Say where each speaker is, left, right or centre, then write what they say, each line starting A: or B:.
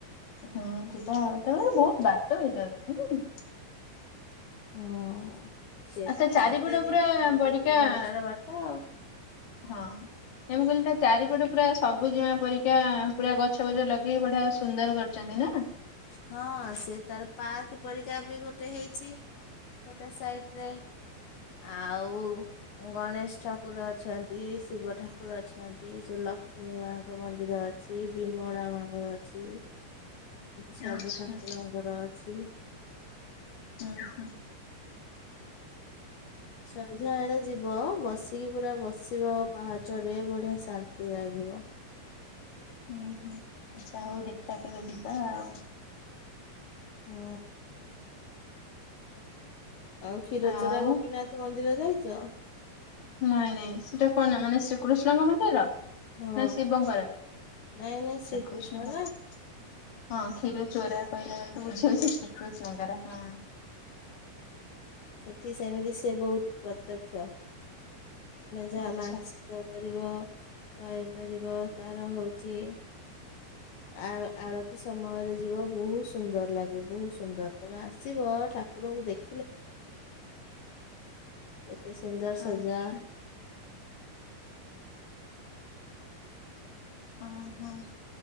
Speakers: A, on the left (about 30°); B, on the left (about 65°).
A: ହଁ ଯିବା ଆଉ ତାପରେ ବହୁତ ବାଟ ହେଇଯାଉଛି।
B: ହଁ। ସେତ
A: ଆଚ୍ଛା ଚାରିପଟ
B: ଗୋଟେ
A: ପୁରା
B: ଦିନ
A: ବଡିକା
B: ଦି ତିନି ଘଣ୍ଟାର ବାଟ।
A: ହଁ ସେ ମୁଁ କହିଲି ତା ଚାରିପଟେ ପୁରା ସବୁଜିମା ପରିକା ପୁରା ଗଛ ବଛ ଲଗେଇକି ବଢି଼ଆ ସୁନ୍ଦର କରିଛନ୍ତି ନା।
B: ହଁ ସେ ତାର ପାର୍କ ପରିକା ବି ଗୋଟେ ଗୋଟେ ହେଇଛି ଗୋଟେ ସାଇଟ୍ ଆଉ ଗଣେଶ ଠାକୁର ଅଛନ୍ତି ଶିବ ଠାକୁର ଅଛନ୍ତି ଯୋଉ ଲକ୍ଷ୍ମୀ ମାଙ୍କ ମନ୍ଦିର ଅଛି ବିମଳା ମନ୍ଦିର ଅଛି। ସବୁ
A: ଆଚ୍ଛା।
B: ଠାକୁରଙ୍କର ଅଛି।
A: ଓ ହୋ।
B: ସନ୍ଧ୍ୟାବେଳେ ଯିବ ବସିକି ପୁରା ବସିବ ପାହାଚରେ ବଢ଼ିଆ ଶାନ୍ତି ଲାଗିବ।
A: ହୁଁ ହୁଁ ଆଚ୍ଛା ହଉ ଦେଖିବା କେବେ ଯିବା ଆଉ।
B: ହୁଁ। ଆଉ କ୍ଷୀରଚୋରା
A: ଆଉ
B: ଗୋପୀନାଥ ମ <unintelligible> ଯାଇଛ?
A: ନାଇଁ ନାଇଁ ସେଟା କନ୍ଟା ମାନେ କୃଷ୍ଣଙ୍କ ମନ୍ଦିର
B: ହଁ
A: ନା ଶିବଙ୍କର
B: ନାଇଁ ନାଇଁ ଶ୍ରୀକୃଷ୍ଣ
A: କୃଷ୍ଣଙ୍କର
B: ନା
A: ହଁ କ୍ଷୀର ଚୋରା। <inaudible> ଶ୍ରୀକୃଷ୍ଣଙ୍କର ହଁ।
B: ସେଠି ସେମିତି ସେ ବହୁତ ପ୍ରତ୍ୟକ୍ଷ। ଯାହା
A: ଆଚ୍ଛା।
B: ମାାନସିକ ପାଇପାରିବ ତାର ହଉଛି ଆଉ ଆଳତି ସମୟରେ ଯିବ ବହୁତ ସୁନ୍ଦର। ଲାଗେ ବହୁତ ସୁନ୍ଦର। ତମେ ଆସିବ ଠାକୁରଙ୍କୁ ଦେଖ ଏତେ ସୁନ୍ଦର ସଜା
A: ଆଛ <inaudible> ଓହୋ।